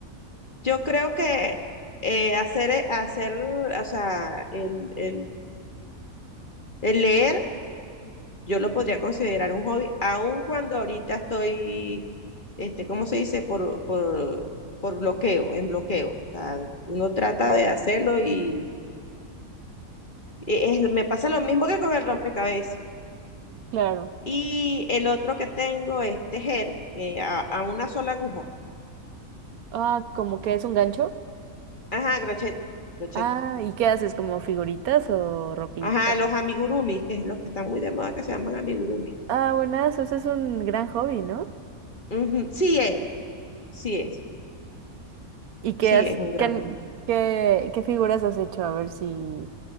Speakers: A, on the left; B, on the right.
A: yo creo que eh, hacer, e- hacer, o sea, el, el, el leer, yo lo podría considerar un hobby, aun cuando ahorita estoy, este, ¿cómo se dice? Por, por, por bloqueo, en bloqueo. O sea, uno trata de hacerlo y... y es- me pasa lo mismo que con el rompecabezas.
B: Claro.
A: Y el otro que tengo es tejer eh, a, a una sola aguja.
B: Ah, como que es un gancho.
A: Ajá, crochet, crochet.
B: Ah, ¿y qué haces? ¿Como figuritas o ropita?
A: Ajá, los amigurumis, que es los que están muy de moda que se llaman amigurumis.
B: Ah, buenas, ese es un gran hobby, ¿no?
A: Ujú, Sí es, sí es,
B: ¿Y qué
A: sí
B: has,
A: es un gran
B: qué, han-
A: hobby.
B: qué, qué figuras has hecho? A ver si